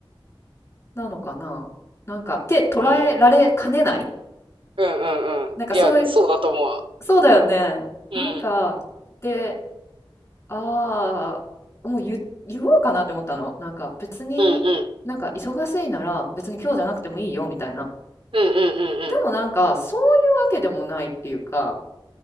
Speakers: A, on the left; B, on the right.
A: なのかななんか、って捉えられかねない
B: うん。うんうんうん。
A: なんかそういう、
B: いや、そうだと思う。
A: そうだよね。
B: うん。
A: なんか、で、ああ、もう言言おうかなって思ったの。なんか別に、
B: うんうん。
A: えなんか忙しいなら別に今日じゃなくてもいいよみたいな。
B: うんうん
A: でもなんかそういうわけでもないっていうか、